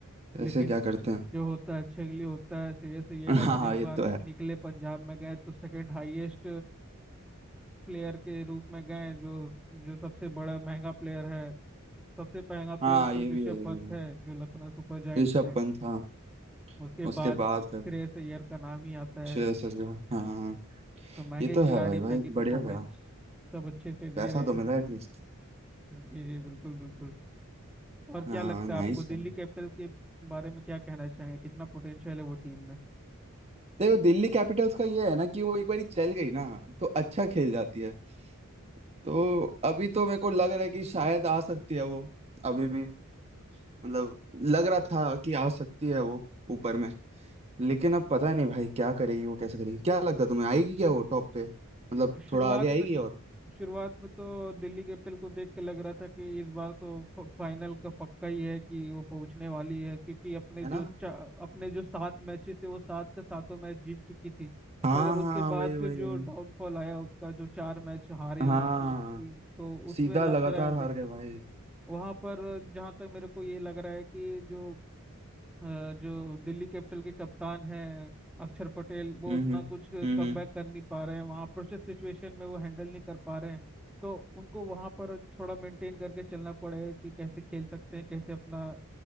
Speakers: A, in the centre; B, on the right (about 30°).
A: लेकिन
B: ऐसे क्या करते हैं
A: जो होता है छेगली होता है श्रेयस अय्यर
B: <laughs> हाँ
A: अगर
B: हाँ
A: इस
B: ये
A: बार
B: तो है
A: निकले पंजाब में गए तो सेकंड हाईएस्ट प्लेयर के रूप में गए जो जो सबसे बड़ा महंगा प्लेयर है सबसे महंगा प्लेयर
B: हाँ
A: तो
B: ये भी
A: ऋषभ
B: है ये
A: पंत
B: भी है
A: है जो लखनऊ सुपर जायंट्स
B: ऋषभ
A: में
B: पंत हाँ
A: उसके
B: उसके
A: बाद श्रेयस
B: बाद फिर
A: अय्यर का नाम ही आता है
B: श्रेयस अय्यर, हाँ हाँ
A: तो महंगे
B: ये तो
A: खिलाड़ी
B: है भाई भाई
A: महंगी
B: बढ़िया
A: परफॉर्मेंस
B: गया
A: सब अच्छे से दे
B: पैसा
A: रहे
B: तो
A: हैं
B: मिला एटलीस्ट
A: जी जी बिल्कुल बिल्कुल और क्या
B: हाँ
A: लगता
B: नाइस
A: है आपको दिल्ली
B: है
A: कैपिटल के बारे में क्या कहना चाहेंगे कितना पोटेंशियल है वो टीम में
B: देखो दिल्ली कैपिटल्स का ये है ना कि वो एक बार चल गई ना तो अच्छा खेल जाती है तो अभी तो मेरे को लग रहा है कि शायद आ सकती है वो अभी भी मतलब लग रहा था कि आ सकती है वो ऊपर में लेकिन अब पता नहीं भाई क्या करेगी वो कैसे करेगी क्या लगता है तुम्हें आएगी क्या वो टॉप पे मतलब
A: शुरुआत
B: थोड़ा आगे आएगी
A: में
B: और
A: शुरुआत में तो दिल्ली कैपिटल को देख के लग रहा था कि इस बार तो फ- फाइनल का पक्का ही है कि वो पहुंचने वाली है क्योंकि अपने
B: है
A: जो
B: ना
A: चा, अपने जो सात मैचेस है वो सात के सातों मैच जीत चुकी थी
B: हाँ
A: मगर उसके
B: हाँ
A: बाद
B: वही
A: फिर
B: वही
A: जो
B: वही
A: डाउनफॉल आया उसका जो चार मैच हारे उन,
B: हाँ
A: वो टीम तो उसमें
B: सीधा
A: लग
B: लगातार
A: रहा है
B: हार
A: देख
B: गए भाई
A: वहां पर जहां तक मेरे को ये लग रहा है कि जो अ, जो दिल्ली कैपिटल के कप्तान हैं अक्षर पटेल वो
B: हम्म
A: उतना
B: हम्म
A: कुछ
B: हम्म
A: कम बैक कर नहीं पा रहे हैं वहाँ प्रेशर सिचुएशन में वो हैंडल नहीं कर पा रहे हैं तो उनको वहाँ पर थोड़ा मेंटेन करके चलना पड़ेगा कि कैसे खेल सकते हैं कैसे अपना